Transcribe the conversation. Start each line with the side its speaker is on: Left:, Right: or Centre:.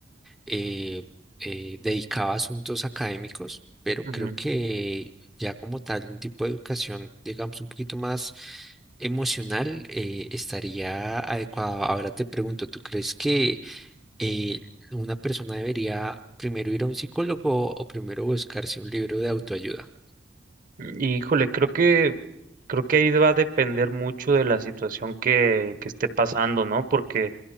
Centre: eh, eh, dedicaba a asuntos académicos, pero
Right: Ujú.
Centre: creo que ya como tal, un tipo de educación, digamos, un poquito más emocional, eh, estaría adecuado. Ahora te pregunto, ¿tú crees que eh, una persona debería primero ir a un psicólogo o primero buscarse un libro de autoayuda?
Right: Y, Híjole, creo que creo que ahí va a depender mucho de la situación que, que esté pasando, ¿no? Porque